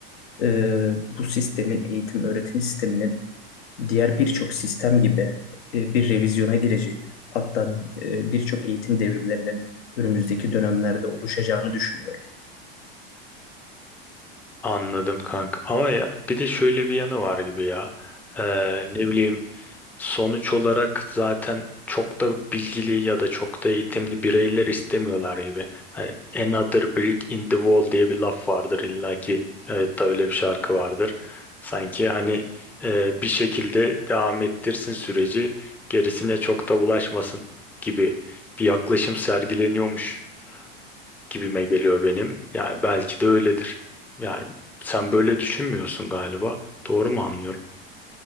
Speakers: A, on the left; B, in the centre.
A: e, bu sistemin, eğitim öğretim sisteminin diğer birçok sistem gibi e, bir revizyona gireceğini, hatta e, birçok eğitim devrimlerinin önümüzdeki dönemlerde oluşacağını düşünüyorum.
B: Anladım kanka. Ama ya, bir de şöyle bir yanı var gibi ya. Ee, ne bileyim Sonuç olarak zaten çok da bilgili ya da çok da eğitimli bireyler istemiyorlar gibi. Hani Another brick in the wall diye bir laf vardır illaki. Evet da öyle bir şarkı vardır. Sanki hani e, bir şekilde devam ettirsin süreci, gerisine çok da bulaşmasın gibi bir yaklaşım sergileniyormuş gibime geliyor benim. Yani belki de öyledir. Yani sen böyle düşünmüyorsun galiba. Doğru mu anlıyorum?